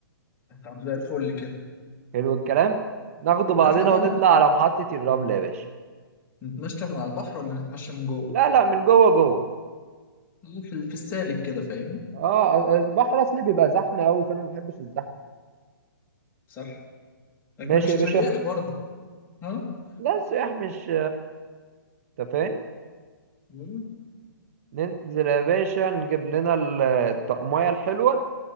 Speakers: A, on the left; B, on the right.
A: طب زي الفل كده
B: حلو الكلام ناخده بعدنا
A: نطلع بقى
B: ونطلع
A: نت-
B: على محطة الرمل يا باشا
A: نتمشى من على البحر ولا نتمشى من جوه
B: لا لا من جوه جوه
A: في ال- في السالك كده فاهم
B: اه البحر اصلي بيبقى زحمة قوي فانا ما بحبش الزحمة
A: صح احنا
B: ماشي
A: مش سياح
B: يا باشا
A: برضه ها
B: لا السياح مش انت فاهم
A: مم.
B: ننزل يا باشا نجيب لنا ال- الطقمية الحلوة